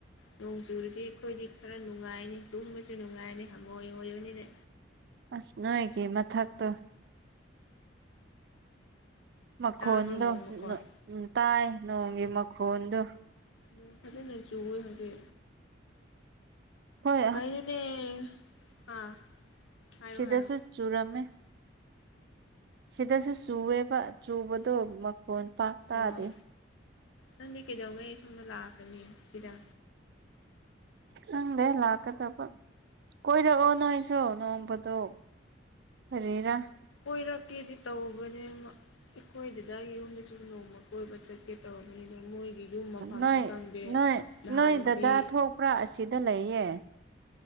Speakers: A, on the left; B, on the right.
A: ꯅꯣꯡꯖꯨꯔꯔꯤ ꯑꯩꯈꯣꯏꯗꯤ ꯈꯔ ꯅꯨꯡꯉꯥꯏꯅꯤ ꯇꯨꯝꯕꯁꯨ ꯅꯨꯡꯉꯥꯏꯅꯤ ꯍꯪꯉꯣꯏ ꯑꯣꯏꯣꯏꯕꯅꯤꯅꯦ
B: ꯑꯁ ꯅꯣꯣꯏꯒꯤ ꯃꯊꯥꯛꯛꯇ ꯃꯈꯣꯟꯗꯨ
A: ꯇꯥꯕ꯭ꯔꯣ ꯅꯣꯡ ꯃꯈꯣꯟ
B: ꯎꯝ ꯇꯥꯏ ꯅꯣꯡꯒꯤ ꯃꯈꯣꯟꯗꯨ
A: ꯃ ꯐꯖꯦ ꯅ ꯆꯨꯣꯏ ꯍꯧꯖꯤꯦ
B: ꯍꯣꯏ
A: ꯀꯥꯏꯅꯅꯦ ꯍꯥꯥ ꯁꯔꯣ
B: ꯁꯤꯗꯁꯨ
A: ꯁꯔ
B: ꯆꯨꯔꯝꯃꯦ ꯁꯤꯗꯁꯨ ꯆꯨꯕ ꯆꯨꯕꯗꯣ ꯃꯈꯣꯟ ꯄꯥꯛ ꯇꯥꯗꯦ
A: ꯑꯣ ꯅꯪꯗꯤ ꯀꯩꯗꯧꯉꯩ ꯑꯩ ꯁꯣꯝꯗ ꯂꯥꯛꯀꯅꯤ ꯁꯤꯗ
B: ꯎꯪꯗꯦ ꯂꯥꯛꯀꯗꯕ ꯀꯣꯏꯔꯛꯑꯣ ꯅꯣꯏꯁꯨ ꯅꯣꯡꯃꯗ ꯀꯔꯤꯔꯥ
A: ꯀꯣꯏꯔꯛꯀꯦꯗꯤ ꯇꯧꯕꯅꯤ ꯑꯩꯈꯣꯏꯗꯨꯗ ꯌꯨꯝꯗꯁꯨ ꯅꯣꯡꯃ ꯀꯣꯏꯕ ꯆꯠꯀꯦ ꯇꯧꯕꯅꯤꯅ ꯑꯗ ꯃꯣꯏꯒꯤ ꯌꯨꯝ ꯃꯐꯝꯁꯨ
B: ꯅꯣꯏ
A: ꯀꯪꯗꯦ
B: ꯅꯣꯏ
A: ꯅꯍꯥꯟꯗꯤ
B: ꯅꯣꯏ ꯗꯗꯥ ꯊꯣꯛꯄ꯭ꯔꯥ ꯑꯁꯤꯗ ꯂꯩꯌꯦ